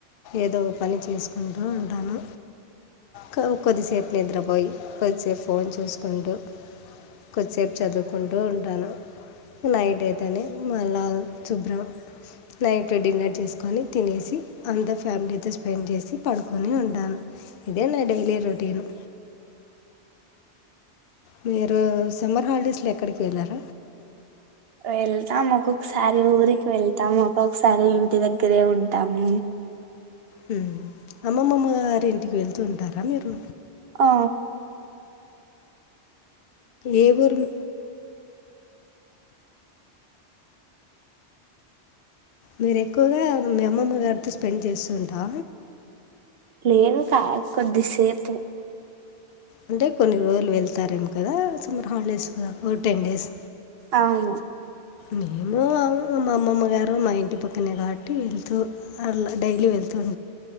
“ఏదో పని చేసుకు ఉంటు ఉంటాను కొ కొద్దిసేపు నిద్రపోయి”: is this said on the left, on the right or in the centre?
Left